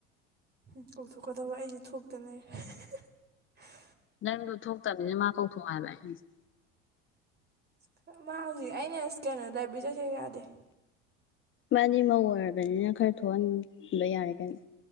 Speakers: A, on the right (about 30°); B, on the left (about 40°).
A: ꯍꯝ ꯀꯧꯊꯣꯛꯀꯗꯕ ꯑꯩꯁꯦ ꯊꯣꯛꯇ ꯂꯩꯔꯦ <unintelligible>
B: ꯅꯪꯗꯨ ꯊꯣꯛꯇꯝꯅꯤꯅ ꯃꯥ ꯀꯧꯊꯣꯛꯑꯣ ꯍꯥꯏꯕ ꯑꯩ ꯍꯥꯢꯖꯦ
A: <unintelligible> ꯃꯥ ꯍꯧꯖꯤꯛ ꯑꯩꯅ ꯏꯁ ꯀꯩꯅꯣ ꯂꯥꯢꯕ꯭ꯔꯤ ꯆꯠꯁꯦꯒ ꯌꯥꯗꯦ
B: ꯃꯥꯗꯤ ꯃꯧ ꯑꯣꯏꯔꯕꯅꯤꯅ ꯈꯔ ꯊꯣꯛꯍꯟ ꯕ ꯌꯥꯔꯦ ꯀꯩꯅꯣ